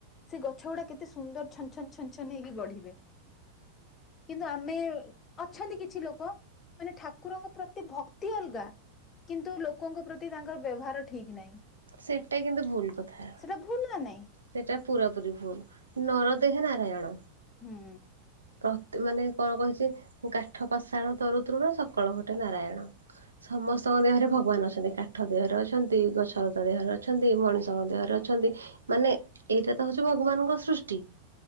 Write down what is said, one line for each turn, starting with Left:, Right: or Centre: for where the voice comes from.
Left: ସେ ଗଛ ଗୁଡା କେତେ ସୁନ୍ଦର ଛଛନ ଛଛନ ହେଇକି ବଢିବେ। କିନ୍ତୁ ଆମେ ଅଛନ୍ତି କିଛି ଲୋକ ମାନେ ଠାକୁରଙ୍କ ପ୍ରତି ଭକ୍ତି ଅଲଗା। କିନ୍ତୁ ଲୋକଙ୍କ ପ୍ରତି ତାଙ୍କର ବ୍ୟବହାର ଠିକ ନାହିଁ।
Right: ସେଟା କିନ୍ତୁ ଭୁଲ୍ କଥା।
Left: ସେଟା ଭୁଲ ନା ନାଇଁ
Right: ସେଟା ପୁରା ପୁରି ଭୁଲ୍। ନରଦେହେ ନାରାୟଣ।
Left: ହୁଁ।
Right: ତତ୍ ମାନେ କଣ କହୁଛି। କାଠ ପଷାଣ ତରୁ ତରୁର ସକାଳୁ ଘଟେ ନାରାୟଣ। ସମସ୍ତଙ୍କ ଦେହରେ ଭଗବାନ ଅଛନ୍ତି। କାଠ ଦେହରେ ଅଛନ୍ତି। ଗଛଲତା ଦେହରେ ଅଛନ୍ତି। ମଣିଷଙ୍କ ଦେହରେ ଅଛନ୍ତି। ମାନେ ଏଇଟା ତ ହଉଛି ଭଗବାନଙ୍କ ସୃଷ୍ଟି।